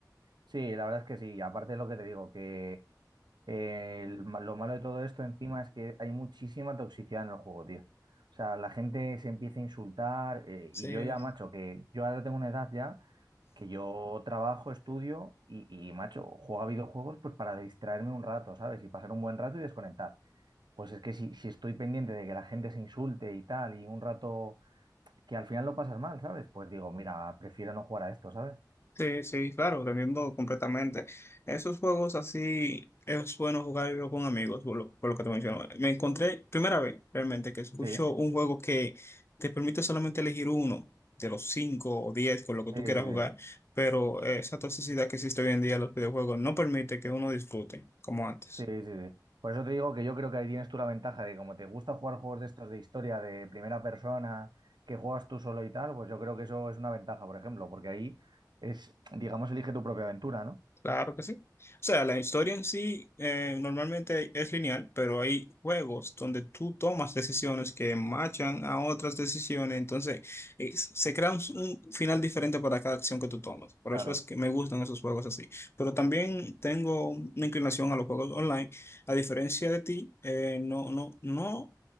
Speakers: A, on the right; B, on the left.
A: Sí, la verdad es que sí. Aparte de lo que te digo, que eh, el ma- lo malo de todo esto encima es que hay muchísima toxicidad en el juego, tío. O sea, la gente se empieza a insultar eh,
B: Sí.
A: y yo ya, macho, que yo ahora tengo una edad ya que yo trabajo, estudio y, y, macho, juego a videojuegos pues para distraerme un rato, ¿sabes? Y pasar un buen rato y desconectar. Pues es que si, si estoy pendiente de que la gente se insulte y tal, y un rato que al final lo pasas mal, ¿sabes? Pues digo, mira, prefiero no jugar a esto, ¿sabes?
B: Sí, sí, claro, te entiendo completamente. Esos juegos así es bueno jugar con amigos, por lo, por lo que te menciono. Me encontré, primera vez realmente, que escucho
A: Sí,
B: un juego que te permite solamente elegir uno de los cinco o diez con lo que tú
A: sí, sí,
B: quieras
A: sí,
B: jugar, pero eh, esa toxicidad que existe hoy en día en los videojuegos no permite que uno disfrute como antes.
A: sí, sí, sí. Por eso te digo que yo creo que ahí tienes tú la ventaja de que como te gusta jugar juegos de estos de historia, de primera persona, que juegas tú solo y tal, pues yo creo que eso es una ventaja, por ejemplo, porque ahí es, digamos, elige tu propia aventura, ¿no?
B: Claro que sí. O sea, la historia en sí eh, normalmente es lineal, pero hay juegos donde tú tomas decisiones que machan a otras decisiones, entonces eh, se crea un, un final diferente para cada acción que tú tomas. Por
A: Claro.
B: eso es que me gustan esos juegos así. Pero también tengo una inclinación a los juegos online. A diferencia de ti, eh, no, no, no,